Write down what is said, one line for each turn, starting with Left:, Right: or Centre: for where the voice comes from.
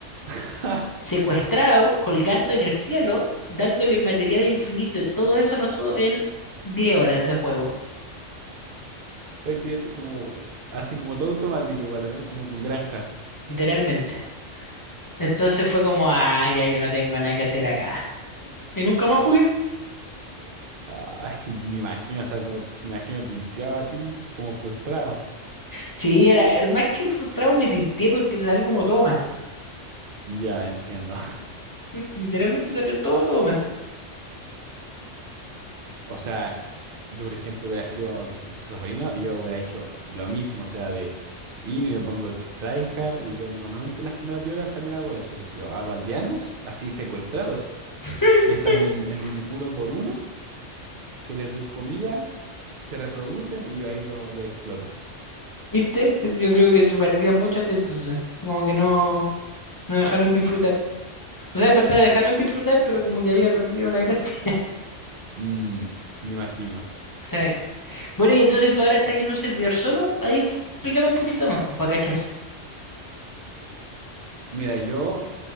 Right: <laughs>
Left: secuestrados, colgando en el cielo, dándoles materiales infinitos, y todo eso pasó en 10 horas de juego,
Right: Prácticamente como, así como todo automático, bueno, ¿no? Como con granjas.
Left: literalmente. Entonces fue como, ah, ya yo no tengo nada que hacer acá. Y nunca más jugué.
Right: Ay, me imagino, o sea, como, me imagino tilteaba a ti, como frustrado.
Left: Sí, era, más que frustrado me tilté porque salió como todo mal.
Right: Ya, entiendo.
Left: <laughs> Literalmente salió todo, todo mal.
Right: O sea, yo, por ejemplo, hubiera sido qué sé, tu sobrino y yo hubiera hecho lo mismo, o sea, de ir y me pongo tryhard y yo normalmente en las primeras 10 horas también hago eso, que si yo hago aldeanos, así secuestrados,
Left: <laughs>
Right: y están en, en un uno por uno, que les doy comida, se reproducen y yo ahí lo, lo exploto.
Left: ¿Viste? Yo creo que se parecía mucho a ti entonces. Como que no, no dejaron disfrutar. O sea, en verdad dejaron disfrutar, pero como que había perdido la gracia. <laughs>
Right: Mm, me imagino.
Left: Sí. Bueno, y entonces tú ahora estás en un servidor solo. Ahí explícame un poquito más, pues, para cachar.
Right: Mira, yo,